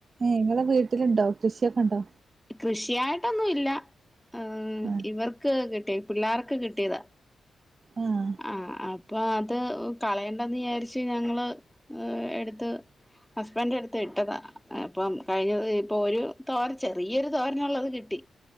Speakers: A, on the right (about 45°); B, in the centre.
A: ഇങ്ങളെ വീട്ടില്ണ്ടോ കൃഷിയൊക്കെ ണ്ടോ?
B: കൃഷിയായിട്ടൊന്നും ഇല്ല ആ
A: ആഹ്
B: ഇവർക്ക് കിട്ടിയ പിള്ളാർക്ക് കിട്ടിത.
A: ആഹ്
B: ആഹ അപ്പൊ അത് കളയണ്ടന്ന് യാരിച്ച് ഞങ്ങള് ഏ എടുത്ത് ഹസ്ബന്റ് എടുത്ത് വിട്ടതാ. അപ്പം കഴിഞ്ഞത് ഇപ്പൊ ഒരു തോര ചെറിയൊരു തോരനോള്ളത് കിട്ടി.